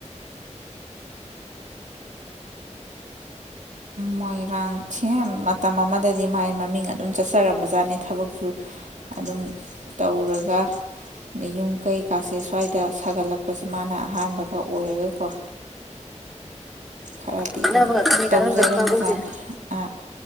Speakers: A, on the right; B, in the centre.
A: ꯃꯣꯏꯔꯥꯡ ꯊꯦꯝ ꯃꯇꯝ ꯑꯃꯗꯗꯤ ꯃꯥꯏ ꯃꯃꯤꯡ ꯑꯗꯨꯝ ꯆꯠꯆꯔꯝꯕꯖꯥꯠꯅꯤ ꯊꯕꯛꯁꯨ ꯑꯗꯨꯝ ꯇꯧꯔꯒ ꯑꯗꯩ ꯌꯨꯝ ꯀꯩꯀꯥꯁꯦ ꯁ꯭ꯋꯥꯏꯗ ꯁꯥꯒꯠꯂꯛꯄꯁꯦ ꯃꯥꯅ ꯑꯍꯥꯟꯕꯒ ꯑꯣꯏꯔꯒꯀꯣ ꯈꯔꯗꯤ
B: ꯈꯠꯅꯕꯒ
A: ꯑꯗꯨꯝ
B: ꯀꯔꯤ ꯀꯥꯟꯅꯔꯝꯒꯅꯤ
A: ꯇꯧꯖꯔꯝꯕꯖꯥꯠꯅꯤ
B: ꯄꯥꯕꯨꯡꯁꯦ
A: ꯑ